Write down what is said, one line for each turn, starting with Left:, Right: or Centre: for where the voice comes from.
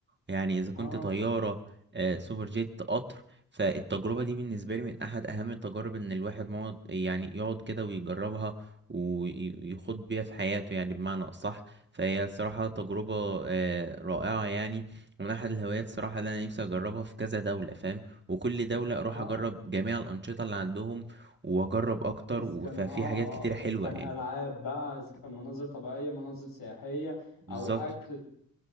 Right: يعني إذا كنت
Left: اه
Right: طيارة آه، سوبر جيت قطر فالتجربة دي بالنسبة لي من أحد أهم التجارب إن الواحد مقعد يعني يقعد كده ويجربها ويخوض بيها في حياته يعني بمعنى أصح فهي الصراحة تجربة آه، رائعة يعني ومن أحد الهوايات الصراحة اللي أنا نفسي أجربها في كذا دولة فاهم وكل دولة أروح
Left: اه
Right: أجرب جميع الأنشطة اللي عندهم واجرب اكتر
Left: إذا
Right: و-
Left: كان
Right: ففي
Left: اه
Right: حاجات كتيرة حلوة
Left: اه إذا كان
Right: يعني
Left: ألعاب بقى إذا كان مناظر طبيعية مناظر سياحية
Right: بالظبط
Left: أو أكل